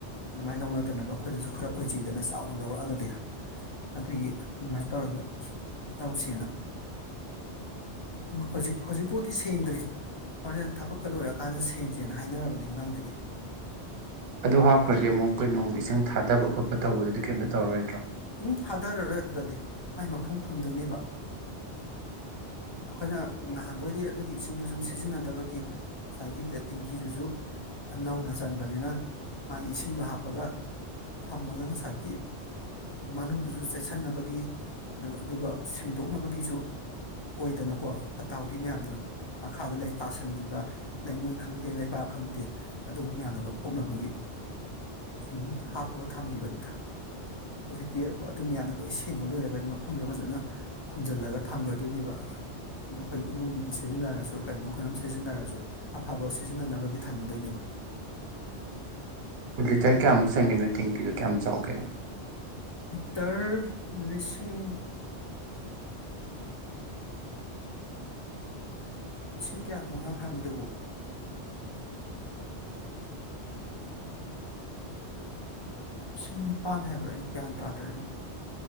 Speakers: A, on the left; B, on the right.
A: ꯑꯗꯨꯃꯥꯏꯅ ꯂꯧꯅꯗꯅꯕ ꯑꯩꯈꯣꯏꯗꯁꯨ ꯈꯔ ꯑꯣꯏꯖꯩꯗꯅ ꯆꯥꯎꯅ ꯂꯧꯔꯛꯑꯒꯗꯤ ꯑꯗꯨꯒꯤ ꯑꯗꯨꯃꯥꯏꯅ ꯇꯧꯔꯒ ꯇꯧꯁꯦꯅ ꯎ ꯍꯧꯖꯤꯛ ꯍꯧꯖꯤꯛꯐꯥꯎꯗꯤ ꯁꯦꯡꯗ꯭ꯔꯤ ꯍꯣꯔꯦꯟ ꯊꯕꯛꯀ ꯂꯣꯏꯔꯀꯥꯟꯗ ꯁꯦꯡꯁꯦꯅ ꯍꯥꯏꯅꯔꯕꯅꯤ ꯉꯔꯥꯡꯗꯒꯤ
B: ꯑꯗꯨ ꯍꯥꯞꯈ꯭ꯔꯗꯤ ꯑꯃꯨꯛ ꯑꯩꯈꯣꯏ ꯅꯣꯡꯒꯤ ꯏ ꯆꯪ ꯊꯥꯗꯕ ꯈꯣꯠꯄ ꯇꯧꯕꯗꯨꯗꯤ ꯀꯩꯝꯇ ꯇꯧꯔꯣꯏꯗ꯭ꯔꯣ
A: ꯎꯝ ꯊꯥꯗꯔꯔꯣꯏ ꯑꯗꯨꯗꯗꯤ ꯃꯥꯏ ꯃꯈꯨꯝ ꯈꯨꯝꯗꯣꯏꯅꯦꯕ ꯑꯩꯈꯣꯏꯅ ꯉꯍꯥꯟꯈꯣꯏꯗꯤ ꯑꯗꯨꯒꯤ ꯏꯁꯤꯡꯗꯣ ꯁꯨꯝ ꯁꯤꯖꯤꯟꯅꯗꯕꯒꯤ ꯉꯁꯥꯏꯒꯤ ꯑ ꯇꯤꯡꯀꯤꯗꯨꯁꯨ ꯅꯧꯅ ꯆꯟꯕꯅꯦꯅ ꯃꯥꯒꯤ ꯏꯁꯤꯡꯗꯣ ꯍꯥꯞꯄꯒ ꯊꯝꯃꯒ ꯉꯁꯥꯏꯒꯤ ꯃꯅꯨꯡꯗꯨꯁꯨ ꯆꯦꯠꯁꯟꯅꯕꯒꯤ ꯑꯗꯨ ꯑꯗꯨꯒ ꯁꯦꯡꯗꯣꯛꯅꯕꯒꯤꯁꯨ ꯑꯣꯏꯗꯅꯀꯣ ꯐꯠꯇ ꯍꯥꯎꯗꯤ ꯃꯌꯥꯝꯗꯣ ꯃꯈꯥꯗ ꯂꯩ ꯇꯥꯁꯟꯈꯤꯕ ꯂꯩꯉꯣꯏ ꯈꯪꯗꯦ ꯂꯩꯕꯥꯛ ꯈꯪꯗꯦ ꯑꯗꯨꯒꯨꯝ ꯃꯌꯥꯝꯗꯣ ꯂꯧꯊꯣꯛꯅꯕꯒꯤ ꯁꯨꯝ ꯍꯥꯞꯄꯒ ꯊꯝꯈꯤꯕꯅꯤꯗ ꯍꯧꯖꯤꯛꯇꯤ ꯑꯗꯨ ꯃꯌꯥꯝꯗꯣ ꯂꯣꯏ ꯁꯦꯡꯕ ꯂꯣꯏꯔꯒꯗꯤ ꯃꯈꯨꯝꯗꯣ ꯐꯖꯅ ꯈꯨꯝꯖꯜꯂꯒ ꯊꯝꯒꯗꯣꯏꯅꯦꯕ ꯑꯩꯈꯣꯏ ꯏꯃꯨꯡꯒꯤꯕꯨ ꯁꯤꯖꯤꯟꯅꯔꯁꯨ ꯀꯩꯅꯣ ꯀꯩꯅꯣꯝ ꯁꯤꯖꯤꯟꯅꯔꯁꯨ ꯑꯐꯕ ꯁꯤꯖꯤꯟꯅꯅꯕꯒꯤ ꯊꯝꯃꯗꯣꯏꯅꯦꯕ
B: ꯂꯤꯇꯔ ꯀꯌꯥꯝ ꯃꯨ ꯆꯟꯒꯦ ꯅꯣꯏ ꯇꯦꯡꯀꯤꯗꯣ ꯀꯌꯥꯝ ꯆꯥꯎꯒꯦ
A: ꯇꯔ ꯂꯤꯁꯤꯡ ꯏꯁꯤꯡ ꯀꯌꯥꯅꯣ ꯉꯔꯥꯡ ꯍꯥꯏꯕꯗꯨꯕꯨ ꯂꯤꯁꯤꯡ ꯅꯤꯄꯥꯟ ꯍꯥꯏꯕ꯭ꯔꯥ ꯑꯩ ꯒ꯭ꯌꯥꯟ ꯇꯥꯗ꯭ꯔꯦꯅꯦ